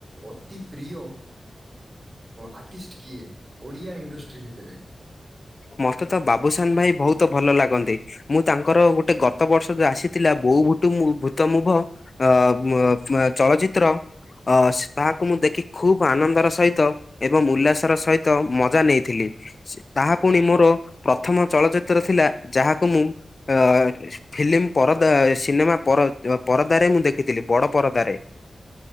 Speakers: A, on the right; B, on the left.
A: ଅତି ପ୍ରିୟ ଅ ଆର୍ଟିଷ୍ଟ କିଏ ଓଡ଼ିଆ ଇଣ୍ଡଷ୍ଟ୍ରି ଭିତରେ
B: ମତେ ତ ବାବୁସାନ ଭାଇ ବହୁତ ଭଲ ଲାଗନ୍ତି ମୁଁ ତାଙ୍କର ଗୋଟେ ଗତ ବର୍ଷ ଯୋ ଆସିଥିଲା ବୋଉ ଭୂ ତୁମୁ ଭୂତ ମୁୁଭ ଅ ଓ ଓ ଚଳଚିତ୍ର ଅସ୍ ତାହାକୁ ମୁଁ ଦେଖି ଖୁବ୍ ଆନନ୍ଦର ସହିତ ଏବଂ ଉଲ୍ଲାସର ସହିତ ମଜା ନେଇଥିଲି ସେ ତାହା ପୁଣି ମୋର ପ୍ରଥମ ଚଳଚିତ୍ର ଥିଲା ଯାହାକୁ ମୁଁ ଅ ଫିଲିମ୍ ପରଦା ସିନେମା ପର ପରଦାରେ ମୁଁ ଦେଖିଥିଲି ବଡ ପରଦାରେ